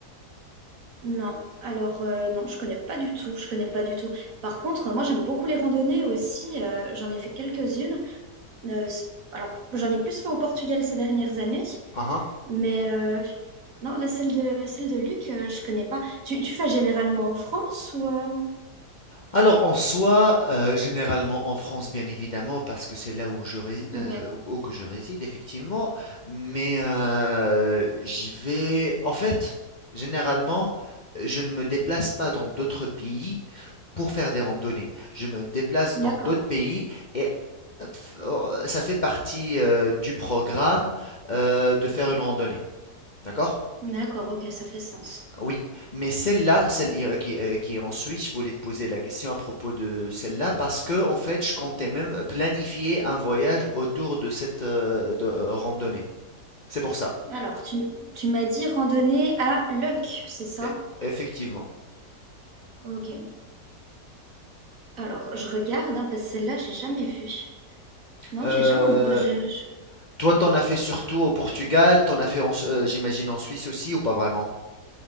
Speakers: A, on the right; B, on the left.
A: Non, alors euh, non, je connais pas du tout, je connais pas du tout. Par contre, moi j'aime beaucoup les randonnées aussi, euh, j'en ai fait quelques-unes. Euh, c- alors j'en ai plus fait au Portugal ces dernières années,
B: Ah, ah.
A: mais euh, non, la celle de celle de Luc, euh, je connais pas. Tu, tu fais généralement en France ou euh,
B: Alors en soi, euh, généralement en France, bien évidemment, parce que c'est là où je ré-
A: Ouais,
B: euh, où- où que je réside, effectivement, mais euh, j'y vais. En fait, généralement, je ne me déplace pas dans d'autres pays pour faire des randonnées. Je me déplace
A: d'accord.
B: dans d'autres pays et euh, f- euh, ça fait partie euh, du programme euh, de faire une randonnée. D'accord?
A: D'accord, ok, ça fait sens.
B: Oui, mais celle-là, celle euh, qui, euh, qui est en Suisse, je voulais te poser la question à propos de celle-là parce que en fait, je comptais même planifier un voyage autour de cette euh, de, euh, randonnée. C'est pour ça,
A: Alors, tu, tu m'as dit randonnée à Luck, c'est ça?
B: E- effectivement.
A: Ok. Alors, je regarde, hein, parce que celle-là, j'ai jamais vue. Non,
B: Euh,
A: j'ai jamais. euh, je- je-
B: toi, t'en as fait surtout au Portugal, t'en as fait, en Su- euh, j'imagine, en Suisse aussi ou pas vraiment?